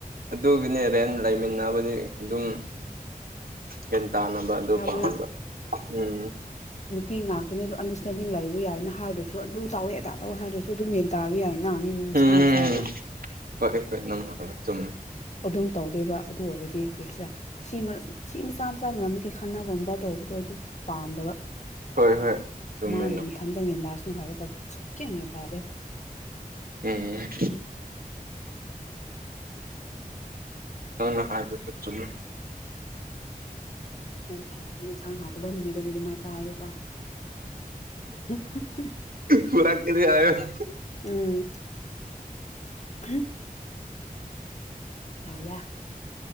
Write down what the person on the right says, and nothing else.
ꯑꯗꯨꯒꯤꯅꯦ ꯔꯦꯟ ꯂꯩꯃꯤꯟꯅꯕꯗꯤ ꯑꯗꯨꯝ ꯌꯦꯟ ꯇꯥꯅꯕ ꯑꯗꯨ
ꯄꯥꯕ ꯎꯝ
ꯎꯝ
ꯍꯣꯏ ꯍꯣꯏ ꯅꯪꯅ ꯍꯥꯏꯕ ꯆꯨꯝꯃꯦ
ꯍꯣꯏ ꯍꯣꯏ ꯆꯨꯝꯃꯦ
ꯅꯪ
ꯎꯝ ꯅꯪꯅ ꯍꯥꯏꯕꯁꯨ ꯆꯨꯝꯃ‌ꯦ
ꯐꯨꯔꯛꯀꯅꯤ ꯍꯥꯏꯌ‌ꯣ